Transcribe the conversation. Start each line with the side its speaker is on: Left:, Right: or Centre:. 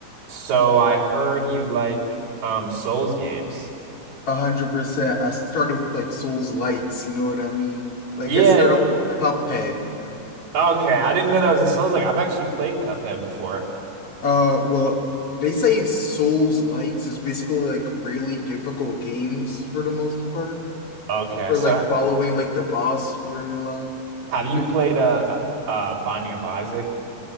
Right: So I heard you like um Souls games.
Left: A hundred percent. I started with like Souls likes, you know what I mean? Like
Right: Yeah.
Left: I started
Right: it-
Left: with Cuphead. No.
Right: Okay. I didn't know that was a Souls like I've actually played Cuphead before.
Left: Uh, well, they say Souls likes is basically like really difficult games for the most part,
Right: Okay.
Left: or
Right: So
Left: like following like the boss formula.
Right: have you
Left: D-
Right: played uh uh Binding of Isaac?